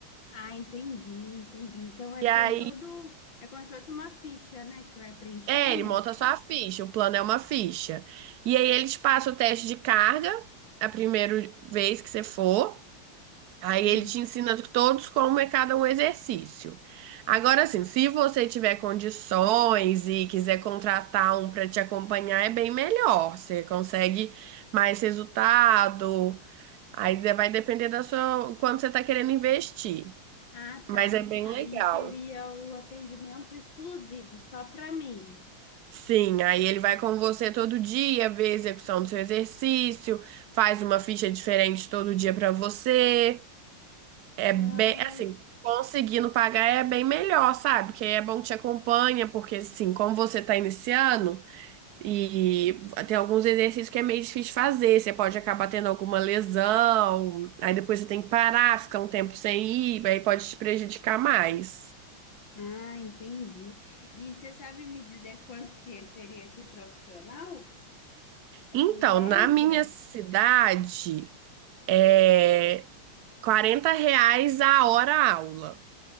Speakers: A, on the left; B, on the right.
A: Ah, entendi, entendi. Então é,
B: E
A: tem
B: aí.
A: todo. É como se fosse uma ficha, né? Que você vai preenchendo.
B: É, ele monta só a ficha, o plano é uma ficha. E aí ele te passa o teste de carga a primeira vez que você for. Aí
A: Hum.
B: ele te ensina todos como é cada um exercício. Agora, assim, se você tiver condições e quiser contratar um para te acompanhar, é bem melhor. Você consegue mais resultado. Aí de- vai depender da sua, quanto você está querendo investir.
A: Ah, tá.
B: Mas é bem
A: Aí
B: legal.
A: seria o atendimento exclusivo, só para mim.
B: Sim, aí ele vai com você todo dia, vê a execução do seu exercício, faz uma ficha diferente todo dia pra você. É
A: Ah,
B: bem, assim, conseguindo pagar é bem melhor, sabe? Que aí é bom que te acompanha, porque assim, como você tá iniciando e tem alguns exercícios que é meio difícil de fazer, você pode acabar tendo alguma lesão, aí depois você tem que parar, ficar um tempo sem ir, aí pode te prejudicar mais.
A: ah, entendi. E você sabe me dizer quanto que seria esse profissional? Assim,
B: Então,
A: em média?
B: na minha cidade, É 40 reais a hora aula.